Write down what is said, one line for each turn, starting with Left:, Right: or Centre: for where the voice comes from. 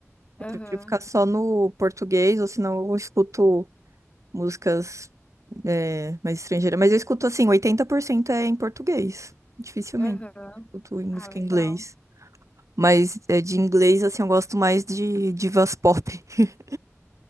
Left: Aham,
Right: Eu prefiro ficar só no português, ou senão eu escuto músicas é, mais estrangeiras. Mas eu escuto assim, 80% é em português. Dificilmente
Left: aham.
Right: escuto em música
Left: Ah, legal.
Right: em inglês. Mas é, de inglês, assim, eu gosto mais de divas pop. <laughs>